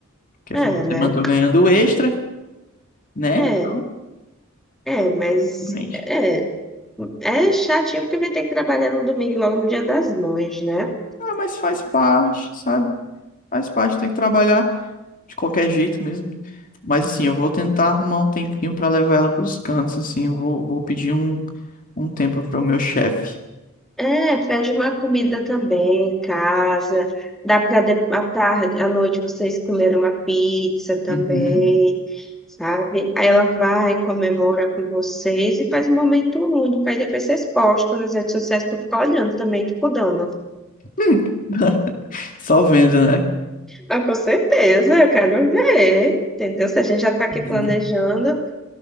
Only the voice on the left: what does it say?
Porque
afinal, de
semana eu tô ganhando extra, né?
Então,
felizmente.
Ah, mas faz parte, sabe? Faz parte, tem que trabalhar de qualquer jeito mesmo. Mas assim, eu vou tentar arrumar um tempinho pra levar ela pros cantos, assim, eu vou, vou pedir um, um tempo pro meu chefe.
Uhum.
Hum. <laughs> Só vendo, né?
Uhum.